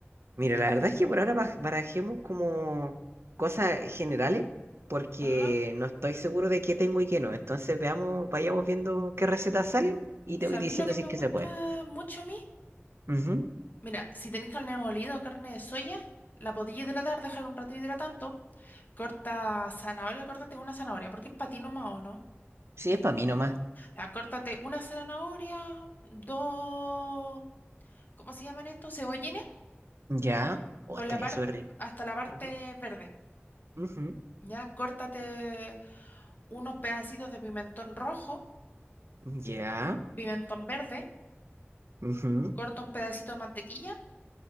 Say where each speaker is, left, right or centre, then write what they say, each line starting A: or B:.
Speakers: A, on the right (about 70°); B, on the left (about 40°).
A: Mira, la verdad es que por ahora baj- barajemos como cosas generales, porque
B: Ajá.
A: no estoy seguro de qué tengo y qué no. Entonces veamos, vayamos viendo qué recetas salen y
B: ¿Sabéis
A: te voy diciendo
B: lo que me
A: si es
B: gusta
A: que se puede.
B: mucho a mí?
A: Ujú.
B: Mira, si tenéis carne molida o carne de soya, la podéis hidratar, déjala un rato hidratando. Corta zanahoria, córtate una zanahoria, porque es patino más o no.
A: Sí, es para mí nomás.
B: Ya, córtate una zanahoria, dos, ¿cómo se llaman estos? Cebollines,
A: Ya. O
B: con
A: estaría
B: la parte,
A: súper rico.
B: hasta la parte
A: Ujú,
B: verde.
A: ujú.
B: Ya, córtate. unos pedacitos de pimentón rojo,
A: Ya.
B: pimentón verde,
A: ujú,
B: corta un pedacito de mantequilla.